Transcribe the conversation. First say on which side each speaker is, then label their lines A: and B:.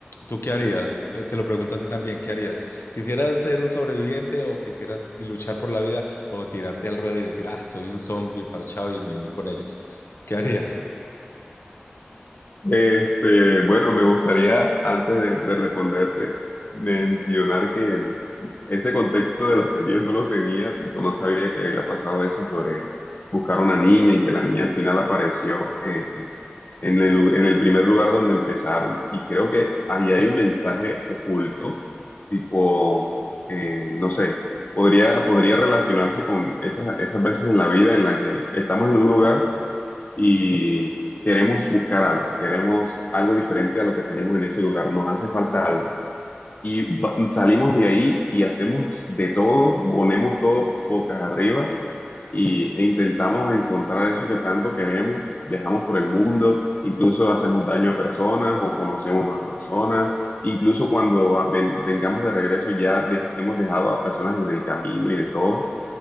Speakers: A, on the left; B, on the left.
A: ¿tú qué harías? Eh, Te lo pregunto a ti también, ¿qué harías? ¿Quisieras ser un sobreviviente o quisieras y luchar por la vida o tirarte al ruedo y decir, ah, soy un zombie parchado y me voy con ellos? ¿Qué haría?
B: Este, bueno, me gustaría, antes de, de responderte, mencionar que ese contexto de la serie no lo tenía, tipo, no sabía que había pasado eso sobre buscar una niña y que la niña al final apareció eh, eh, en el, lu- en el primer lugar donde empezaron. Y creo que ahí hay un mensaje oculto, tipo, eh, no sé, podría, podría relacionarse con esas, esas veces en la vida en la que estamos en un lugar y queremos buscar algo, queremos algo diferente a lo que tenemos en ese lugar, nos hace falta algo. Y va- salimos de ahí y hacemos de todo, ponemos todo bocas arriba y, e intentamos encontrar eso que tanto queremos, viajamos por el mundo, incluso hacemos daño a personas o conocemos nuevas personas. Incluso cuando va- ven- vengamos de regreso ya dej- hemos dejado a personas en el camino y de todo